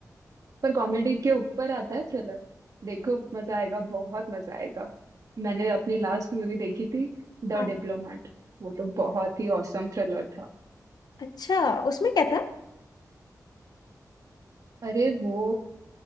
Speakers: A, on the right; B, on the left.
A: पर कॉमेडी के ऊपर आता है थ्रिलर देखो मजा आएगा बहुत मजा आएगा मैंने अपनी लास्ट मूवी देखी थी द
B: हाँ
A: डिप्लोमेट वो तो बहुत ही औसम थ्रिलर था
B: अच्छा उसमें क्या था
A: अरे वो